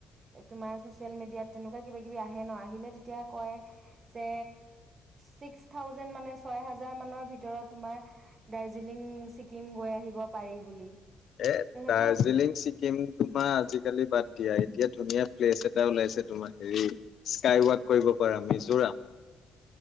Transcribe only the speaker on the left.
এ
দাৰ্জিলিং ছিকিম তোমাৰ আজিকালি বাদ দিয়া। এতিয়া ধুনীয়া প্লেচ এটা ওলাইছে তোমাৰ হেৰি স্কাই ৱাক কৰিব পাৰা মিজোৰাম।